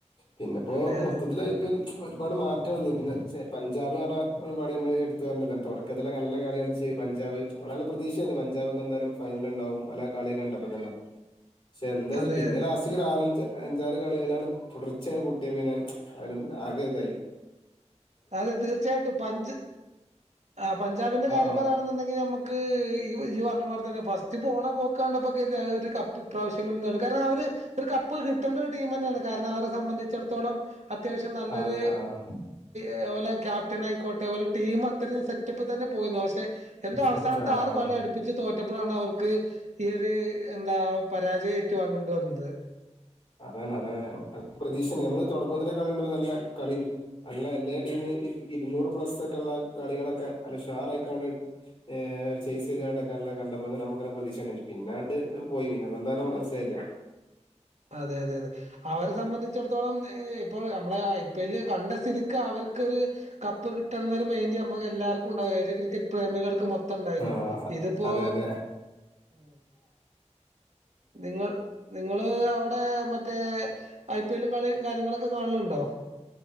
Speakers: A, on the left; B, on the right.
A: പിന്നെപ്പോ
B: അതെ അതെ.
A: മൊത്തത്തിലായിപ്പ ഒരുപാട് മാറ്റം വന്ന് പിന്നെ പഞ്ചാബ്ന്ന് പറഞ്ഞ ഒരുപാട് മ്മള് എടുത്തു പറഞ്ഞി തുടക്കത്തിലെ ക നല്ല കളിക ച്ച് പഞ്ചാബ് അവടെ നല്ല പ്രതീക്ഷയാന്ന് പഞ്ചാബൊക്കെ എന്താലും ഫൈനലിണ്ടാവും അല കളിയൊക്കെ കണ്ടപ്പത്തന്നെ ക്ഷെ എന്താ വച്ചാ
B: അതെ
A: പിന്നെ
B: അതെ.
A: ലാസ്റ്റ്ക്ക് ഒരു ആറഞ്ച് അഞ്ചാറ് കളിയിലാണ് തുടർച്ചയാണ് പൊട്ടിയ പിന്നെ അവരെ ആകെതായി
B: അതെ തീർച്ചയായിട്ടും പഞ്ച് ആ പഞ്ചാബിന്റെ കാര്യം
A: ആഹ്
B: പറ കാണുന്നുണ്ടെങ്കി നമ്മക്ക് ഈ ജി പറഞ്ഞ പോലത്തന്നെ ഫസ്റ്റ് പോണ പോക്കണ്ടപ്പോൾ കരുതി അവര് കപ്പ് ഇപ്രാവശ്യങ്ങളിൽ നേടും കാരണം അവര് ഒരു കപ്പ് കിട്ടേണ്ട ഒരു ടീം തന്നെയാണ് കാരണം അവരെ സംബന്ധിച്ചിടത്തോളം അത്യാവശ്യം നല്ലൊരു
A: അതെ ആഹ്
B: അതുപോലെ ക്യാപ്റ്റനായിക്കോട്ടെ ഓലെ ടീം അത്രയും സെറ്റപ്പ് തന്നെ പോയിരുന്നു പക്ഷേ എന്തോ
A: സെറ്റ്
B: അവസാനത്തെ
A: ആഹ്
B: ആറ്
A: ആഹ്
B: കളി അടുപ്പിച്ച് തോറ്റ തോറ്റപ്പോഴാണ് അവർക്ക് ഈ ഒരു എന്താ പരാജയ ഏറ്റുവാങ്ങേണ്ടി വന്നത്
A: അതാണ് അതാണ് പ്രതീക്ഷണ്ട് നമ്മള് തുടക്കം മുതലേ കളി കണ്ടോണ്ടിരുന്ന നല്ല കളി നല്ല എല്ലാ ടീമിന് ഇരുന്നൂറ് പ്ലസ്സൊക്കെയൊള്ള കളികളൊക്കെ നല്ല ഷാർ ആയിക്കാണ്ട് ഏഹ് ചെയ്സ് ചെയ്തൊണ്ടൊക്കെ നല്ല കണ്ടപ്പോ നമ്മുക്കന്നെ പ്രതീക്ഷണ്ട് പിന്നാണ്ട് പോയി പിന്നെപ്പ എന്താന്ന് മനസ്സിലായില്ല
B: അതെ അതെ അതെ അവരെ സംബന്ധിച്ചിടത്തോളം ഏഹ് ഇപ്പോ നമ്മളെ ഐ പി എല്ല് കണ്ട സ്ഥിതിക്ക് അവർക്കൊരു കപ്പ് കിട്ടണംന്നൊരു മൈന്റ് ഞ നമുക്കെല്ലാവർക്കും ഉണ്ടാകും ഏത് ക്രിക്കറ്റ് പ്രേമികൾക്ക് മൊത്തം ഇ ണ്ടായിരുന്നു
A: ആഹ്
B: ഇതിപ്പോ
A: അതെ അതെ
B: ഉം നിങ്ങൾ നിങ്ങള് അവിടെ മറ്റേ ഐ പി എല്ലും കളിയും കാര്യങ്ങളൊക്കെ കാണലുണ്ടോ